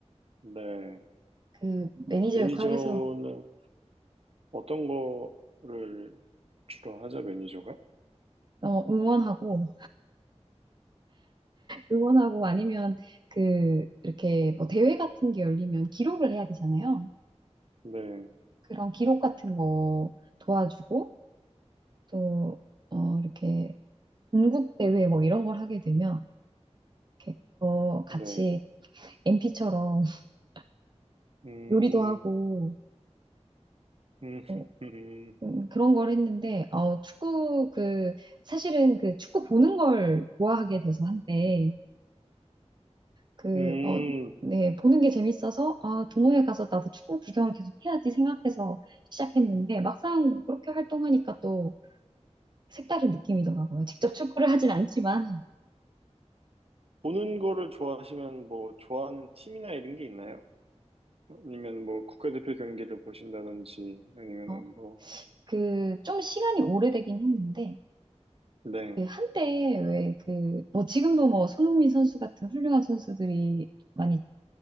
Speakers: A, on the right; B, on the right.
A: 네.
B: 그 매니저
A: 매니저는
B: 역할에서
A: 어떤 거를 주로 하죠, 매니저가?
B: 어, 응원하고, 응원하고 아니면 그 이렇게 뭐 대회 같은 게 열리면 기록을 해야 되잖아요.
A: 네,
B: 그런 기록 같은 거 도와주고, 또, 어, 이렇게 전국 대회 뭐 이런 걸 하게 되면, 이렇게 어, 같이
A: 네.
B: MP처럼 <laughs>
A: 음,
B: 요리도 하고,
A: 음,
B: 어,
A: 음,
B: 음, 그런 걸 했는데, 어, 축구, 그, 사실은 그 축구 보는 걸 좋아하게 돼서 한때, 그,
A: 음,
B: 어, 네, 보는 게 재밌어서, 아, 동호회 가서 나도 축구 구경을 계속 해야지 생각해서 시작했는데, 막상 그렇게 활동하니까 또 색다른 느낌이더라고요. 직접 축구를 <laughs> 하진 않지만,
A: 보는 거를 좋아하시면 뭐 좋아하는 팀이나 이런 게 있나요? 아니면 뭐 국가대표 경기를 보신다든지 아니면은
B: 어,
A: 뭐,
B: 그, 좀 시간이 오래되긴 했는데,
A: 네.
B: 그 한때 왜 그, 뭐 지금도 뭐 손흥민 선수 같은 훌륭한 선수들이 많이